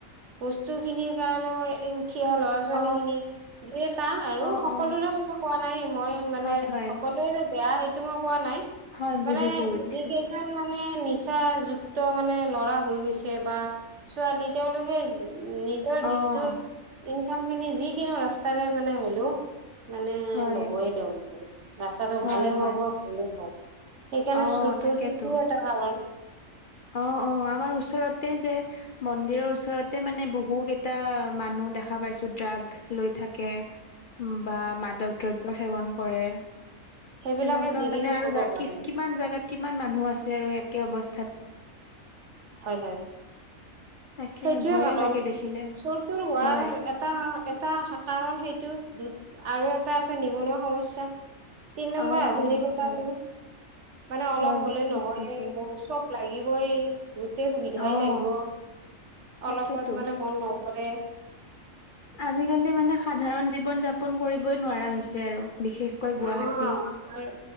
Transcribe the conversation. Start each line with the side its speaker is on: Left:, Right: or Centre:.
Right: বস্তু খিনিৰ কাৰণেও, উঠি অহা ল'ৰা ছোৱালী
Left: অ
Right: খিনি দুই এটা আৰু
Left: অ
Right: সকলোৰে
Left: অ
Right: কথা কোৱা নাই মই মানে,
Left: হয় হয়
Right: সকলোৱে বেয়া সেইটো মই কোৱা নাই
Left: হয় বুজিছো
Right: মানে
Left: বুজিছো।
Right: যি কেইজন মানে নিচা যুক্ত। মানে ল'ৰা হৈ গৈছে বা ছোৱালী। তেওঁলোকে নিজৰ
Left: অ',
Right: দিনটোৰ। কাম খিনি যিকিনো ৰাস্তাৰে মানে হলেও মানে
Left: হয়,
Right: লবই তেওঁলোকে। ৰাস্তাটো
Left: হয়,
Right: ভালেই হওক
Left: হয়।
Right: বা ভুলেই হওক সেইকাৰণে
Left: অ',
Right: চুৰটোৰ
Left: তাকেতো
Right: সেইটোও এটা কাৰণ।
Left: অ অ আমাৰ ওচৰতে যে মন্দিৰৰ ওচৰতে মানে বহুকেইটা মানুহ। দেখা পাইছো ড্ৰাগ লৈ থাকে বা মাদক দ্ৰব্য সেৱন কৰে।
Right: সেইবিলাকে
Left: তেনেকুৱা
Right: যি
Left: মানে
Right: কিনো
Left: আৰু
Right: কৰিব
Left: জাকিচ
Right: পাৰে
Left: কিমান জেগাত কিমান মানুহ আছে আৰু একে অৱস্থা।
Right: হয় হয়।
Left: তাকে
Right: সেইটোৱে
Left: ভয়ে
Right: কাৰণ
Left: লাগে দেখিলে
Right: চুৰটোৰ হোৱাৰ
Left: হয়।
Right: এটা। তা হা কাৰণ সেইটো দুত আৰু এটা আছে নিবনুৱা সমস্যা। তিন
Left: অ',
Right: নম্বৰ আধুনিকতাটো
Left: অ', হয়,
Right: মানে অলপ
Left: হয়
Right: হ'লে
Left: ঠিক
Right: নহয়
Left: কৈছে
Right: বহুত চব। লাগিবই গোটেই সুবিধাই
Left: অ',
Right: লাগিব
Left: তাকেতো।
Right: অলপত মানে মন লওঁ। কৰে।
Left: আজিকালি মানে সাধাৰণ জীৱন যাপন কৰিবই নোৱাৰা হৈছে আৰু। বিশেষকৈ
Right: অ
Left: গুৱাহাটী।
Right: আৰু